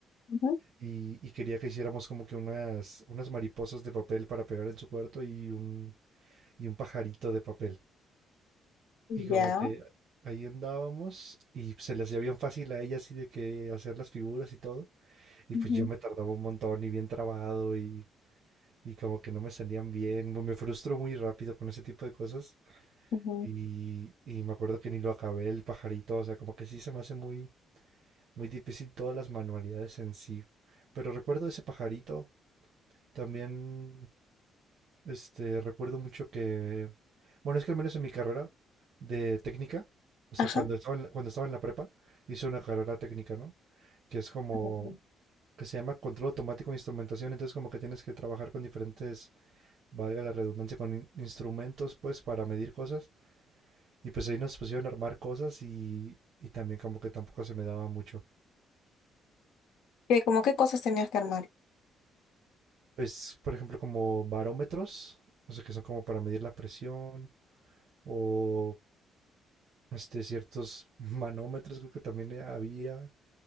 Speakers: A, on the left; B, on the right.
A: ujú.
B: y, y quería que hiciéramos como que unas, unas mariposas de papel para pegar en su cuarto y un, y un pajarito de papel. Y como
A: Ya.
B: que ahí andábamos y se le hacía bien fácil a ella así de que hacer las figuras y todo. Y
A: Ujú,
B: pues yo me tardaba un montón y bien trabado y, y como que no me salían bien. Me frustro muy rápido con ese tipo de cosas.
A: ujú.
B: Y, y me acuerdo que ni lo acabé el pajarito, o sea, como que sí se me hace muy Muy difícil todas las manualidades en sí. Pero recuerdo ese pajarito. También, este, recuerdo mucho que, bueno, es que al menos en mi carrera de técnica, o sea,
A: Ajá.
B: cuando estaba en, la- cuando estaba en la prepa, hice una carrera técnica, ¿no? Que es como,
A: Ujú.
B: que se llama control automático de instrumentación. Entonces, como que tienes que trabajar con diferentes, valga la redundancia, con in- instrumentos, pues, para medir cosas. Y pues ahí nos pusieron a armar cosas y, y también como que tampoco se me daba mucho.
A: ¿Qué, como qué cosas tenías que armar?
B: Pues, por ejemplo, como barómetros, o sea, que son como para medir la presión, o este, ciertos <laughs> manómetros, creo que también eh, había,